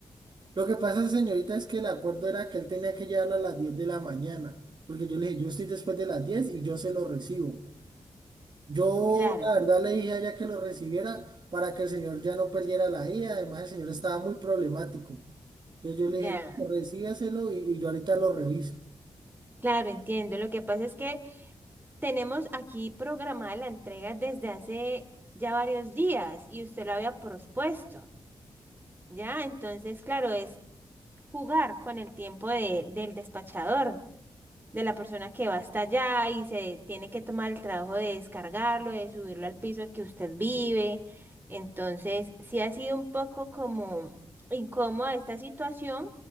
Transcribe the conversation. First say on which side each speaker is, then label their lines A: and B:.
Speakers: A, on the right; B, on the right.
A: Lo que pasa, señorita, es que el acuerdo era que él tenía que llevarla a las 10 de la mañana, porque yo le dije, yo estoy después de las 10 y yo se lo recibo. Yo,
B: Claro,
A: la verdad, le dije a ella que lo recibiera para que el señor ya no perdiera la ida. Además, el señor estaba muy problemático. Entonces yo le dije,
B: ya.
A: recíbaselo y, y yo ahorita lo reviso.
B: Claro, entiendo. Lo que pasa es que tenemos aquí programada la entrega desde hace ya varios días y usted lo había propuesto, ¿ya? Entonces, claro, es jugar con el tiempo de- del despachador. de la persona que va hasta allá y se tiene que tomar el trabajo de descargarlo, de subirlo al piso que usted vive. Entonces, sí ha sido un poco como incómoda esta situación,